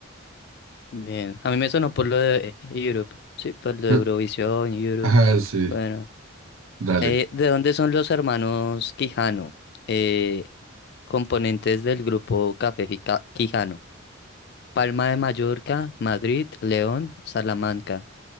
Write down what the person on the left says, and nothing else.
Bien, a mí me sonó por lo de eh, Europe, sí, por
lo de Eurovisión, Europe.
Bueno,
eh, ¿de dónde son los hermanos Quijano? Eh, componentes del grupo Café Jica- Quijano. Palma de Mallorca, Madrid, León, Salamanca.